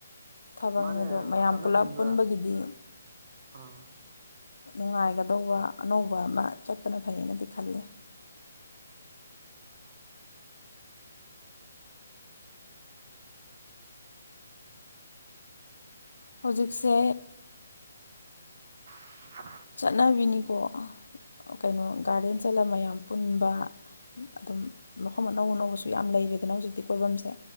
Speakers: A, on the left; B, on the right.
A: ꯊꯕꯛꯅꯦ
B: ꯃꯥꯅꯦ
A: ꯑꯗꯣ ꯃꯌꯥꯝ
B: ꯆꯠꯅꯗ꯭ꯔꯤꯕ
A: ꯄꯨꯂꯞ ꯄꯨꯟꯕꯒꯤꯗꯤ
B: ꯑꯥ
A: ꯅꯨꯡꯉꯥꯏꯒꯗꯧꯕ ꯑꯅꯧꯕ ꯑꯃ ꯆꯠꯄꯅ ꯐꯩꯌꯦꯅꯗꯤ ꯈꯜꯂꯦ ꯍꯧꯖꯤꯛꯁꯦ
B: <unintelligible>
A: ꯆꯠꯅꯕꯤꯅꯤꯀꯣ ꯀꯩꯅꯣ ꯒꯥꯔꯗꯦꯟ ꯆꯠꯂ ꯃꯌꯥꯝ ꯄꯨꯟꯕ ꯑꯗꯨꯝ ꯃꯐꯝ ꯑꯅꯧ ꯑꯅꯧꯕꯁꯨ ꯌꯥꯝ ꯂꯩꯔꯦꯗꯅ ꯍꯧꯖꯤꯛꯇꯤ ꯀꯣꯏꯐꯝꯁꯦ